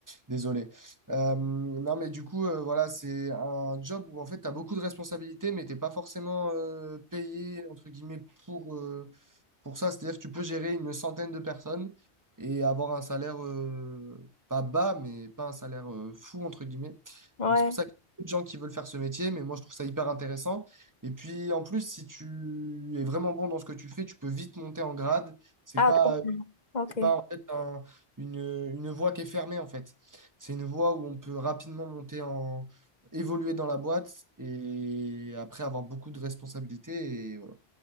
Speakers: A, on the right; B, on the left.
A: désolé. Euh, non, mais du coup, euh, voilà, c'est un job où en fait, tu as beaucoup de responsabilités, mais t'es pas forcément euh, payé, entre guillemets, pour, euh, pour ça. C'est-à-dire que tu peux gérer une centaine de personnes et avoir un salaire euh, pas bas, mais pas un salaire euh, fou, entre guillemets.
B: Ouais.
A: Donc, c'est pour ça qu'il y a beaucoup de gens qui veulent faire ce métier, mais moi, je trouve ça hyper intéressant. Et puis, en plus, si tu es vraiment bon dans ce que tu fais, tu peux vite monter en grade. C'est
B: Ah,
A: pas
B: trop bien. Ok.
A: c'est pas en fait un- une, une voie qui est fermée en fait. C'est une voie où on peut rapidement monter en évoluer dans la boîte et après avoir beaucoup de responsabilités et voilà.